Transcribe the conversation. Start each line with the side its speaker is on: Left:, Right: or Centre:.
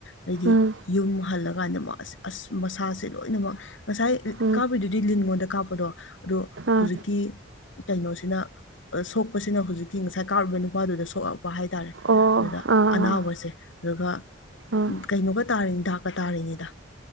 Left: ꯑꯗꯩꯗꯤ
Right: ꯎꯝ
Left: ꯌꯨꯝ ꯍꯜꯂꯀꯥꯟꯗ ꯑꯁ ꯑꯁ ꯃꯁꯥꯁꯦ ꯂꯣꯏꯅꯃꯛ ꯉꯁꯥꯏ
Right: ꯎꯝ
Left: ꯀꯥꯞꯄꯤꯗꯨꯗꯤ ꯂꯤꯟꯉꯣꯟꯗ ꯀꯥꯞꯄꯗꯣ ꯑꯗꯣ
Right: ꯑꯥ
Left: ꯍꯧꯖꯤꯛꯀꯤ ꯀꯩꯅꯣꯁꯤꯅ ꯁꯣꯛꯄꯁꯤꯅ ꯍꯧꯖꯤꯛꯀꯤ ꯉꯁꯥꯏ ꯀꯥꯔꯨꯕ ꯅꯨꯄꯥꯗꯨꯗ ꯁꯣꯛꯂꯛꯄ ꯍꯥꯏꯇꯥꯔꯦ
Right: ꯑꯣ
Left: ꯑꯗꯨꯗ
Right: ꯑꯥ
Left: ꯑꯅꯥꯎꯕꯁꯦ
Right: ꯑꯥ
Left: ꯑꯗꯨꯒ
Right: ꯑꯥ
Left: ꯀꯩꯅꯣꯒ ꯇꯥꯔꯤꯅꯤ ꯗꯥꯛꯀ ꯇꯥꯔꯤꯅꯤꯗ